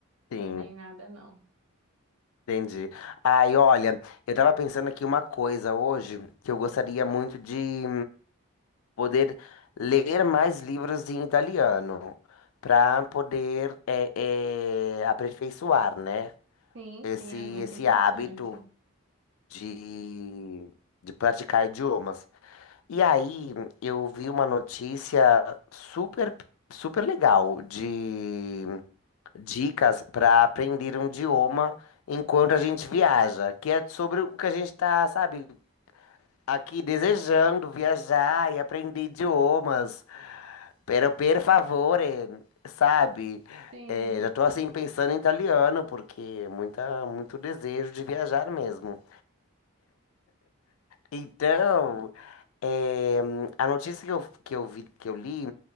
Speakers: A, on the left; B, on the right.
A: Sim,
B: nem nada não.
A: entendi. Ai, olha, eu tava pensando aqui uma coisa hoje que eu gostaria muito de poder ler mais livros em italiano, para poder eh, eh, aperfeiçoar, né?
B: Sim,
A: Esse,
B: sim, é muito
A: esse
B: importante.
A: hábito de, de praticar idiomas. E aí eu vi uma notícia super, super legal de dicas para aprender um idioma enquanto a gente viaja, que é sobre o que a gente está, sabe, aqui desejando viajar e aprender idiomas. Pero per favore, sabe?
B: Sim,
A: É, já tô assim pensando em italiano, porque é muita, muito desejo de viajar mesmo. Então, é, a notícia que eu, que eu vi, que eu li